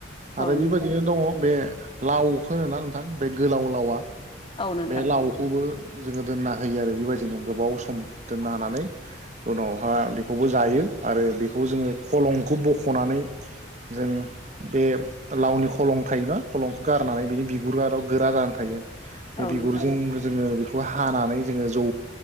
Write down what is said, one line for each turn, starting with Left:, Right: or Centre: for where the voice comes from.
Right: आरो
Left: नोंथां
Right: बेबादिनो दङ बे लावखो होनो ना नोंथां बे गोलाव लावा
Left: औ नोंथां
Right: बे लावखौबो जोङो दोनना होयो आरो बिबायदिनो गोबाव सम दोनना होनानै उनावहा बेखौबो जायो आरो बेखौ जोङो खलंखौ बख'नानै जों बे लावनि खलं थायोना खलंखो गारनानै बिनि बिगुराराव गोरा जानानै थायो। बे
Left: औ
Right: बिगुरजों
Left: नोंथां
Right: जोङो बे <unintelligible> हानानै जोङो जौ